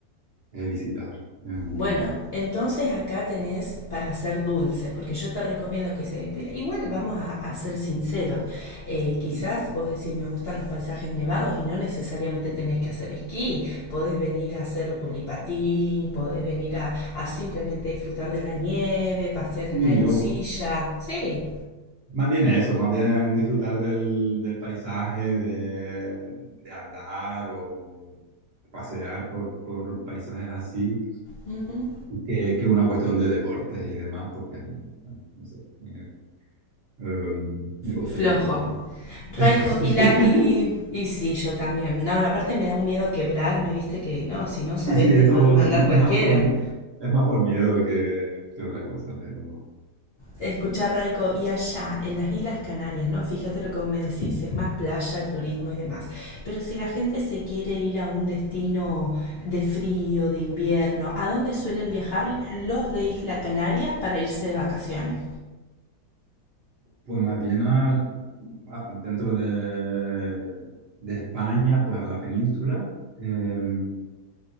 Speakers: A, on the right; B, on the left.
A: eh, visitar. Em,
B: Bueno, entonces acá tenés para hacer dulce, porque yo te recomiendo que se... Igual vamos a, a ser sinceros. Eh, quizás
A: y,
B: vos decís, me gustan los paisajes nevados y no necesariamente tenés que hacer esquí. Podés venir a hacer culipatín, podés venir a, a simplemente disfrutar de la nieve, pasear en
A: y
B: aerosilla.
A: yo,
B: Sí.
A: más bien eso, más bien disfrutar del, del paisaje, de, de andar o pasear por, por paisajes así.
B: Ujú.
A: que, que una cuestión de deportes y demás, porque ahí, bueno, no sé, me, em, me costaría
B: Flojo.
A: un poco más.
B: Raiko,
A: <laughs>
B: y la, y, y sí, yo también. No, no, aparte me da un miedo quebrarme, viste, que no, si no sabes
A: Y sí,
B: te
A: eso
B: puedes mandar
A: es es
B: cualquiera.
A: más por, es más por miedo que, que otra cosa, pero
B: Escuchar Raiko, y allá, en las Islas Canarias, ¿no? Fíjate lo que vos me decís, es más playa, turismo y demás. Pero si la gente se quiere ir a un destino de frío, de invierno, ¿a dónde suelen viajar los de Isla Canarias para irse de vacaciones?
A: pues más bien al- a- dentro de, de España, pues a la península. Eh,